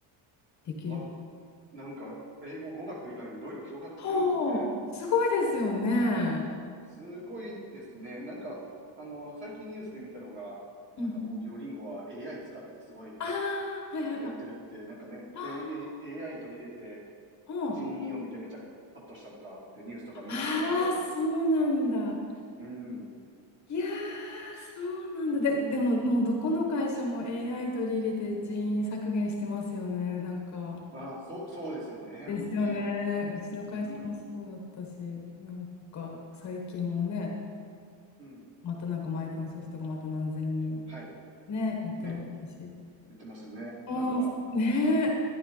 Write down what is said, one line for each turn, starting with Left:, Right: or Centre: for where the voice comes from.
Left: できる。
Right: うわ、なんか、英語、語学以外にいろいろ広がってるんですね。
Left: おお、すごいですよね。
Right: すごいですね。なんか、あの、最近ニュースで見たのが、
Left: うんうん。
Right: なんかもうデュオリンゴは AI 使ってすごい、
Left: ああ、はいはいはい。
Right: なんかやってるって、なんかね、
Left: あ、
Right: で、A- AI 取り入れて、
Left: うん。
Right: 人員をめちゃめちゃカットしたとかってニュースとか見ましたので、
Left: ああ、そうなんだ。
Right: うん。
Left: いやー、そうなんだ。で、でも、もうどこの会社も AI 取り入れて人員削減してますよね。なんか、
Right: あ、そう、そうですよね。
Left: ですよね。
Right: 本当に。
Left: うちの会社もそうだったし、
Right: うん。
Left: なんか最近もね、
Right: うん。
Left: またなんかマイクロソフトがまた何千人
Right: はい。
Left: ね、言ってますし。
Right: ね。言ってますね。
Left: うん、
Right: なんか、
Left: ねえ。
Right: そ